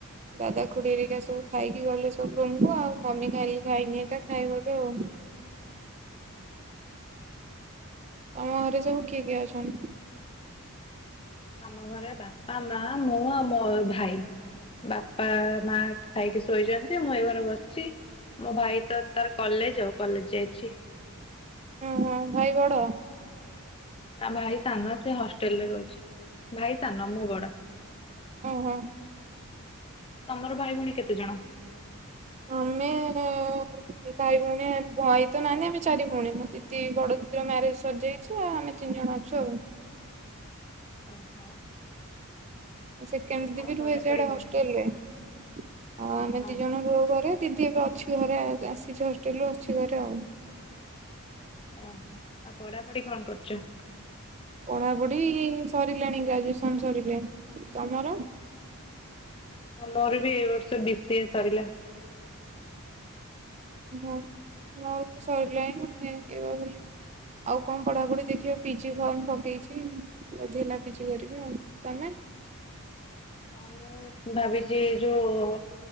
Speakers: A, on the right (about 30°); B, on the left (about 25°).
A: ଦାଦା ଖୁଡ଼ିହେରିକା ସବୁ ଖାଇକି ଗଲେ ସବୁ ରୁମକୁ ଆଉ ମମି ଖାଇଲିି ଖାଇନି ଏକା ଖାଇବ ଏବେ ଆଉ।
B: <unintelligible>
A: ତମ ଘରେ ସବୁ କିଏ କିଏ ଅଛନ୍ତି?
B: ଆମ ଘରେ ବାପା, ମା, ମୁଁ ଆଉ ମୋ ଭାଇ। ବାପା ମା ଖାଇକି ଶୋଇଛନ୍ତି ମୁଁ ଏ ଘରେ ବସିଛି। ମୋ ଭାଇ ତ ତାର କଲେଜ ଆଉ କଲେଜ ଯାଇଛି।
A: ଓହୋ ଭାଇ ବଡ଼?
B: ନା ଭାଇ ସାନ ସେ ହଷ୍ଟେଲରେ ରହୁଛି ଭାଇ ସାନ ମୁଁ ବଡ଼।
A: ଓହୋ।
B: ତମର ଭାଇ ଭଉଣୀ କେତେ ଜଣ?
A: ଆମେ ଭାଇ ଭଉଣୀ ଭାଇ ତ ନାହାନ୍ତି ଆମେ ଚାରି ଭଉଣୀ ମୋ ଦିଦି ବଡ଼ ଦିଦିର ମ୍ୟାରେଜ ସରିଜାଇ ଛି ଆମେ ତିନି ଜଣ ଅଛୁ ଆଉ।
B: ଓହୋ।
A: ସେକେଣ୍ଡ
B: ଆଉ
A: ଦିଦି ବି ରୁହେ
B: ପଢାପଢି
A: ସ୍ୟାଡେ
B: କଣ?
A: ହଷ୍ଟେଲ ରେ ଆଉ ଆମେ
B: ହଁ ହଁ
A: ଦିଜଣ ରହୁ ଘରେ। ଦିଦି ଏବେ ଅଛି ଘରେ ଆସିଛି ହଷ୍ଟେଲୁ ଅଛି ଘରେ ଆଉ।
B: ଓହୋ ଆଉ ପଢ଼ାପଢ଼ି କଣ କରୁଛ?
A: ପଢ଼ାପଢ଼ି ସରିଲାଣି ଗ୍ରାଜୁଏସନ ସରିଲାଣି ତମର?
B: ହଁ ମୋର ବି ଏ ବର୍ଷ ବି ସି ଏ ସରିଲା।
A: ଓହୋ ମୋର ବି ସରିଲାଣି ମୁଁ ଏମତି <unintelligible> ଆଉ କଣ ପଢ଼ାପଢ଼ି ଦେଖିବା ପିଜି ଫର୍ମ ପକେଇଛି। ଯଦି ହେଲା ପିଜି କରିବି ଆଉ ତମେ?
B: ହଁ ମୁଁ ଭାବିଛି ଯୋଉ